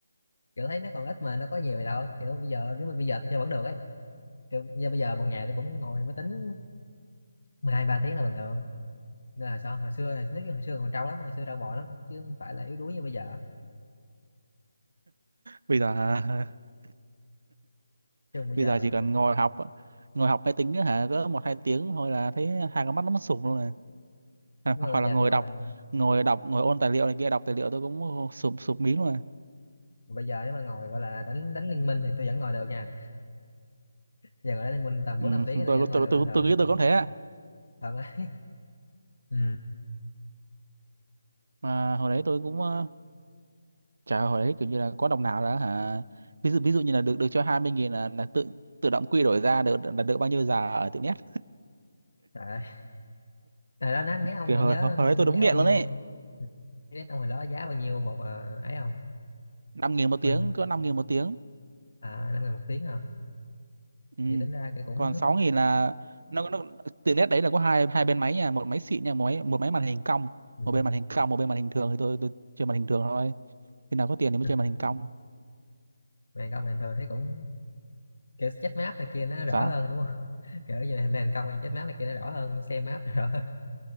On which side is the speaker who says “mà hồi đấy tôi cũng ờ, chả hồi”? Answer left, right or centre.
Right